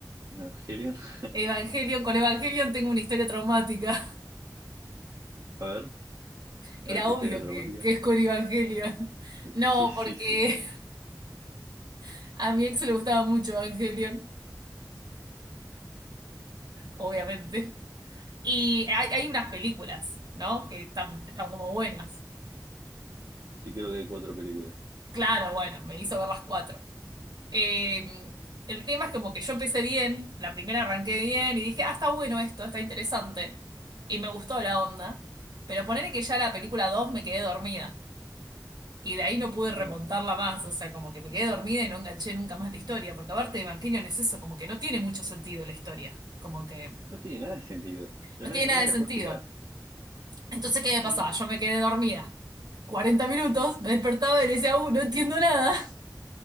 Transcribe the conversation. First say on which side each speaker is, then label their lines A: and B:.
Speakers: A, on the right; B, on the right.
A: Evangelion. <laughs>
B: Evangelion, con Evangelion tengo una historia traumática.
A: A ver,
B: <laughs> Era
A: a ver tu
B: obvio
A: historia dramática.
B: que, que es con Evangelion. No,
A: Sí, sí,
B: porque
A: sí.
B: <laughs> a mi ex le gustaba mucho Evangelion, obviamente. Y hay, hay unas películas, ¿no? Que están, están como buenas.
A: Sí creo que hay cuatro películas.
B: Claro, bueno, me hizo ver las cuatro. Eh, el tema es como que yo empecé bien, la primera arranqué bien y dije, ah, está bueno esto, está interesante. Y me gustó la onda. Pero ponele que ya la película 2 me quedé dormida. Y de ahí no pude remontarla
A: Mm.
B: más. O sea, como que me quedé dormida y no enganché nunca más la historia. Porque aparte, Evangelion es eso, como que no tiene mucho sentido la historia. Como que
A: No tiene nada de sentido. Pero
B: no tiene
A: nadie,
B: nada
A: nadie
B: de
A: la
B: sentido.
A: puede explicar.
B: Entonces, ¿qué me pasaba?
A: No, no.
B: Yo me quedé dormida. cuarenta minutos, me despertaba y decía, uh, no entiendo nada. <laughs>